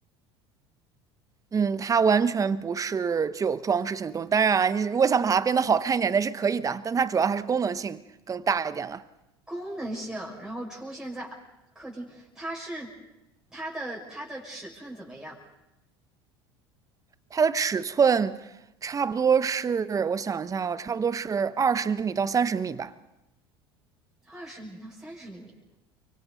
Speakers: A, on the right; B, in the centre.
A: 嗯，它完全不是具有装饰性的东西。当然啊，你如果想把它变得好看一点，那是可以的，但它主要还是功能性更大一点了。
B: 功能性，然后出现在客厅，它是它的它的尺寸怎么样？
A: 它的尺寸差不多是，我想一下哦，差不多是二十厘米到三十厘米吧。
B: 二十厘米到三十厘米，